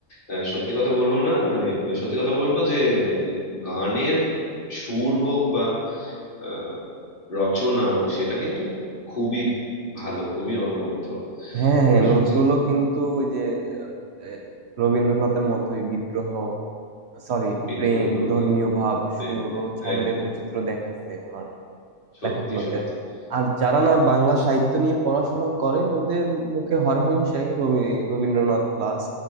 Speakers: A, on the left (about 45°); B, on the right (about 65°).
A: আহ, সত্যি কথা বলবো না মানে সত্যি কথা বলবো যে মানে গানের সুর হোক বা আহ, রচনা হোক সেটা কিন্তু খুবই ভালো খুবই অনবদ্য
B: হ্যাঁ হ্যাঁ
A: নজরুল
B: নজরুলও
A: যে
B: কিন্তু ওই যে আহ, রবীন্দ্রনাথের মতোই বিদ্রোহ সরি
A: বিদ্রোহী
B: প্রেম
A: কবি
B: ধর্মীয় ভাব সুর
A: এর
B: ও ছন্দের
A: একদম
B: বৈচিত্র্য দেখাইছে ওনার
A: সত্যি
B: লেখাগুলোতে
A: সত্যি
B: আর যারা
A: হ্যাঁ
B: না বাংলা সাহিত্য নিয়ে পড়াশোনা করে ওদের মুখে হরহামেশাই রবি- রবীন্দ্রনাথ প্লাস